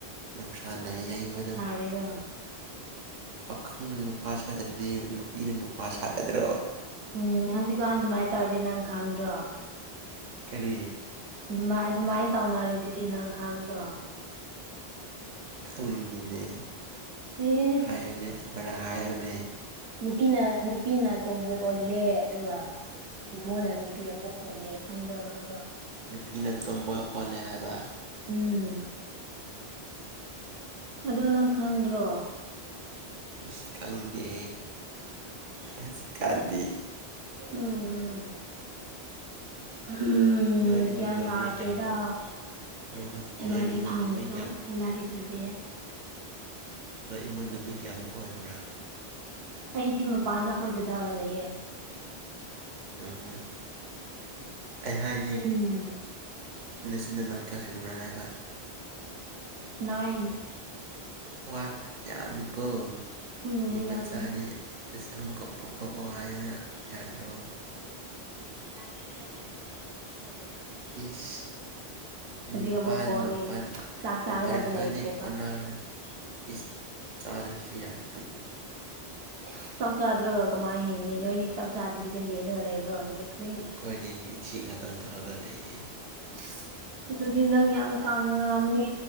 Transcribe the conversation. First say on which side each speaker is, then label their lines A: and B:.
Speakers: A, on the right; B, on the right.
A: ꯅꯨꯡꯁꯥꯅ ꯌꯩꯕꯗꯣ
B: ꯀꯔꯤꯔ
A: ꯄꯥꯈꯪꯅ ꯅꯨꯄꯥ ꯁꯥꯗ꯭ꯔꯗꯤ ꯅꯨꯄꯤꯅ ꯅꯨꯄꯥ ꯁꯥꯒꯗ꯭ꯔꯣ
B: ꯎꯝ ꯍꯧꯖꯤꯛꯀꯥꯟ ꯑꯗꯨꯝꯃꯥꯏ ꯇꯧꯔꯗꯤ ꯅꯪ ꯈꯪꯗ꯭ꯔꯣ
A: ꯀꯔꯤ
B: ꯑꯗꯨꯃꯥꯏ ꯑꯗꯨꯃꯥꯏꯟ ꯇꯧꯅꯔꯣꯏꯗꯨꯗꯤ ꯅꯪ ꯈꯪꯗ꯭ꯔꯣ
A: ꯈꯪꯗꯤꯅꯦ
B: ꯑꯦꯁ
A: ꯍꯥꯏꯌꯨꯅꯦ ꯑꯃꯔꯛ ꯍꯥꯥꯏꯌꯨꯅꯦ
B: ꯅꯨꯄꯤꯅ ꯅꯨꯄꯤꯅ ꯇꯣꯝꯕꯣꯏ ꯑꯣꯜꯂꯦ ꯑꯗꯨꯒ ꯍꯣꯃꯣꯅ ꯅꯨꯄꯤ ꯑꯃꯨꯛ ꯑꯣꯜꯂꯦ ꯈꯪ꯭ꯗꯔꯣ ꯅꯪ ꯑꯗꯣ
A: ꯅꯨꯄꯤꯅ ꯇꯣꯝꯕꯣꯏ ꯑꯣꯜꯂꯦ ꯍꯥꯏꯕ
B: ꯎꯝ ꯑꯗꯣ ꯅꯪ ꯈꯪꯗ꯭ꯔꯣ
A: ꯏꯁ ꯈꯪꯗꯦ ꯍꯧꯖꯤꯛꯀꯥꯟꯗꯤ
B: ꯎꯝ ꯎꯝ ꯎꯝ
A: ꯅꯣꯏ ꯏꯃꯨꯡꯗꯣ
B: ꯒ꯭ꯌꯥꯟ ꯇꯥꯗ꯭ꯔꯦꯗ
A: ꯃꯤ ꯀꯌꯥꯃꯨꯛ ꯅꯣꯏ
B: ꯁꯦꯂꯔꯤ
A: ꯅꯣꯏ ꯏꯃꯨꯡꯗꯣ
B: <unintelligible>
A: ꯃꯤ ꯀꯌꯥꯃꯨꯛ
B: ꯁꯦꯂꯔꯤ ꯄꯤꯗꯦ
A: ꯅꯣꯏ ꯏꯃꯨꯡꯗꫭ ꯃꯤ ꯀꯌꯥꯃꯨꯛ ꯑꯣꯏꯕ꯭ꯔ
B: ꯑꯩꯗꯤ ꯃꯄꯥꯟꯗ ꯑꯈꯣꯏ ꯗꯗꯥꯒ ꯂꯩꯌꯦ
A: ꯑꫭ ꯑꯩ ꯍꯥꯏꯗꯤ
B: ꯎꯝ
A: ꯅꯆꯤꯟ ꯅꯅꯥꯎ ꯀꯌꯥ ꯁꯨꯕ꯭ꯔ ꯍꯥꯏꯕ
B: ꯅꯥꯏꯟ
A: ꯅꯥꯏꯟ ꯋꯥ ꯌꯥꯝꯃꯤꯀꯣ
B: ꯎꯝ
A: ꯃꯤ ꯃꯆꯥꯗꯤ
B: ꯌꯥꯝꯕꯅꯦ
A: ꯑꯦꯁ ꯑꯃꯨꯛꯀ ꯄꯣꯛꯊꯣꯛꯑꯣ ꯍꯥꯏꯌꯨꯅꯦ ꯌꯥꯗ꯭ꯔꯣ ꯌꯥꯗ꯭ꯔꯦꯗ ꯍꯧꯖꯤꯛ ꯑꯃꯨꯛ ꯄꯣꯛꯑꯗꯤ ꯁꯤꯗꯧꯔꯦ ꯏꯁ
B: ꯍꯧꯖꯤꯛ
A: ꯅꯤꯄꯥꯟ
B: ꯑꯃꯨꯛ ꯄꯣꯛꯑꯗꯤ
A: ꯃꯥꯄꯟ
B: ꯆꯥꯛ ꯆꯥꯒꯗꯕ
A: ꯃꯥꯄꯟ ꯈꯛꯇꯪꯗꯤ
B: ꯂꯩꯇ꯭ꯔꯦꯕ
A: ꯀꯣꯟꯅꯔꯣꯏ ꯏꯁ ꯆꯥꯗ꯭ꯔꯁꯨ ꯌꯥꯏ ꯑꯗꯨꯕꯨꯗꯤ
B: ꯏꯁ ꯆꯥꯛ ꯆꯥꯗ꯭ꯔꯒ ꯀꯝꯃꯥꯏ ꯍꯤꯡꯅꯤ ꯅꯣꯏꯗꯤ ꯆꯥꯛ ꯆꯥꯗꯕꯤꯗ ꯂꯦꯜꯂꯒ ꯂꯩꯕ꯭ꯔꯣ ꯅꯨꯃꯤꯠ ꯈꯨꯗꯤꯡ
A: ꯈꯣꯏꯗꯤ ꯏꯁꯤꯡ ꯈꯇꯪ ꯊꯛꯑꯒ ꯂꯩꯌꯦ
B: ꯏꯁ ꯑꯗꯨꯗꯤ ꯅꯪ ꯌꯥꯝ ꯀꯪꯔꯝꯅꯤ